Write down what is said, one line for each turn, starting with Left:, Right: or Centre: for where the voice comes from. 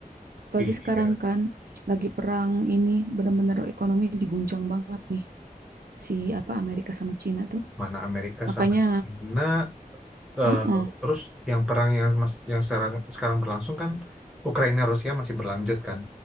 Right: Apalagi
Centre: Iya,
Right: sekarang kan lagi perang ini benar-benar ekonomi diguncang banget nih si apa Amerika sama Cina tuh.
Centre: mana Amerika
Right: Makanya,
Centre: sama China. eh,
Right: uh-uh,
Centre: terus yang perang yang mas- yang sekarang, sekarang berlangsung kan Ukraina Rusia masih berlanjut kan.